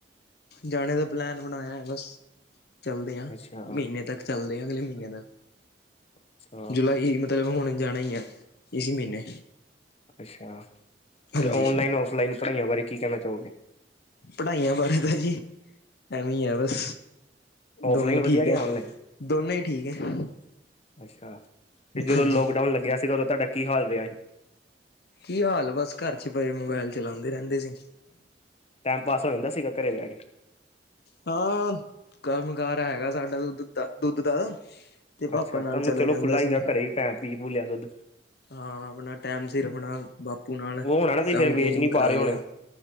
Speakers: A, on the left; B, on the left.
A: ਜਾਣੇ ਦਾ ਪਲੈਨ ਬਣਾਇਆ ਹੈ ਬਸ, ਚੱਲਦੇ ਹਾਂ
B: ਅੱਛਾ
A: ਮਹੀਨੇ ਤੱਕ। ਚੱਲਦੇ ਆ ਅਗਲੇ ਮਹੀਨੇ ਤੱਕ।
B: ਅੱਛਾ
A: ਜੁਲਾਈ ਮਤਲਬ ਹੁਣ ਜਾਣਾ ਹੀ ਆ। ਇਸ ਮਹੀਨੇ।
B: ਅੱਛਾ।
A: ਹਾਂਜੀ
B: ਤੇ ਔਨਲਾਈਨ, ਔਫਲਾਈਨ ਪੜ੍ਹਾਈਆਂ ਬਾਰੇ ਕੀ ਕਹਿਣਾ ਚਾਹੋਗੇ।
A: ਪੜ੍ਹਾਈਆਂ ਬਾਰੇ ਤਾਂ ਜੀ, ਐਵੇਂ ਹੈ ਬਸ,
B: ਔਫਲਾਈਨ
A: ਦੋਵੇਂ
B: ਵਧੀਆ
A: ਠੀਕ
B: ਕਿ
A: ਹੈ।
B: ਔਨਲਾਈਨ
A: ਦੋਨੋ ਹੀ ਠੀਕ ਹੈ।
B: ਅੱਛਾ। ਤੇ ਜਦੋਂ
A: ਹਾਂਜੀ
B: ਲੋਕਡਾਊਨ ਲੱਗਿਆ ਸੀਗਾ ਉਦੋਂ ਤੁਹਾਡਾ ਕੀ ਹਾਲ ਰਿਹਾ ਸੀ।
A: ਕੀ ਹਾਲ ਬਸ, ਘਰ ਚ' ਪਏ ਮੋਬਾਇਲ ਚਲਾਉਂਦੇ ਰਹਿੰਦੇ ਸੀ।
B: ਟਾਈਮ ਪਾਸ ਹੋ ਜਾਂਦਾ ਸੀਗਾ ਘਰੇ ਬਹਿ ਕੇ।
A: ਹਾਂ। ਕੰਮ ਕਾਰ ਹੈਗਾ ਸਾਡਾ ਦ- ਦ ਦਾ ਦੁੱਧ ਦਾ। ਤੇ ਪਾਪਾ
B: ਅੱਛਾ।
A: ਨਾਲ
B: ਤੁਹਾਨੂੰ
A: ਚਲਾ
B: ਚਲੋ
A: ਜਾਂਦਾ
B: ਖੁੱਲ੍ਹਲਾ
A: ਸੀ।
B: ਸੀਗਾ ਘਰੇ ਪੈ ਪੀ- ਪੂ ਲਿਆ ਦੁੱਧ।
A: ਹਾਂ। ਆਪਣਾ ਟੈਮ ਸਿਰ ਆਪਣਾ, ਬਾਪੂ ਨਾਲ,
B: ਉਹ ਹੋਣਾ ਨਾ ਤੁਸੀਂ
A: ਕੰਮ-
B: ਫਿਰ ਵੇਚ
A: ਕੁਮ
B: ਨੀ ਪਾ
A: ਕਰਾ
B: ਰਹੇ
A: ਲਿਆ।
B: ਹੋਣੇ ਹੋ।